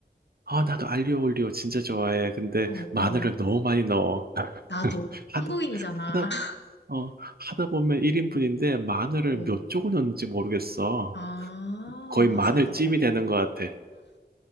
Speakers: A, on the right; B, on the left.
A: 아, 나도 알리오 올리오 진짜 좋아해. 근데
B: 어,
A: 마늘을
B: 어.
A: 너무 많이 넣어.
B: 나도. 한국인이잖아.
A: 하다, 하다,
B: <laughs>
A: 어, 하다 보면 1인분인데 마늘을
B: 어.
A: 몇 쪽을 넣는지 모르겠어.
B: 아,
A: 거의
B: 맞아,
A: 마늘찜이
B: 맞아.
A: 되는 것 같아.